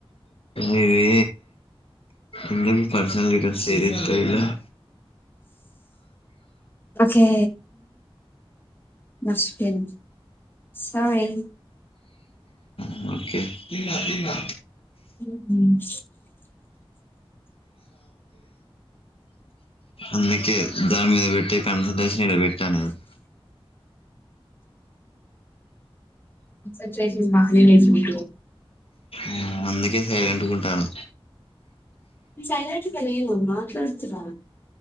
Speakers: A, on the left; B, on the left.
A: అ యే ఎందుకు పర్సనల్ గా ఇట సీరియస్ అయినావ్
B: ఓకే బస్ ఎన్ సాయన్
A: మ్మ్ ఓకే తిన్నా తిన్నా
B: మ్మ్ హ్మ్
A: అందుకే ద్దానిమీద పెట్టే కాన్సన్ ట్రేషన్ ఈడ వెట్టు అనేది.
B: ఒకసారి చేసింటి బానే చేసింటి
A: ఆ అందకే సైలెంట్ గుంటాను
B: చైలెంట్ గా లేను మాట్లాడుతునా